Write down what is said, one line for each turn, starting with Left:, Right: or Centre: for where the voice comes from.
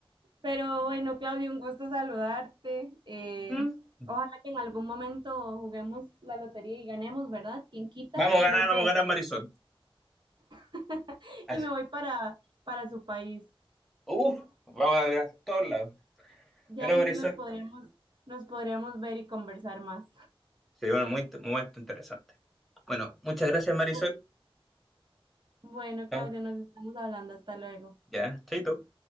Right: Pero bueno, Claudio, un gusto saludarte. Eh,
Centre: Mm.
Right: ojalá que en algún momento juguemos la lotería y ganemos, ¿verdad? ¿Quién quita
Centre: Vamos
Right: un
Centre: a ganar,
Right: golpe
Centre: vamos
Right: de...
Centre: a ganar Marisol.
Right: <laughs>
Centre: Así.
Right: Y me voy para, para su país.
Centre: Uf, vamos a ganar todos lados.
Right: Ya
Centre: Pero
Right: ahí
Centre: Marisol,
Right: sí nos podríamos, nos podríamos ver y conversar más.
Centre: se dio un muy- momento interesante. Bueno, muchas gracias Marisol.
Right: Bu- Bueno, Claudio,
Centre: Vamos,
Right: nos estamos hablando. Hasta luego.
Centre: ya, chaito.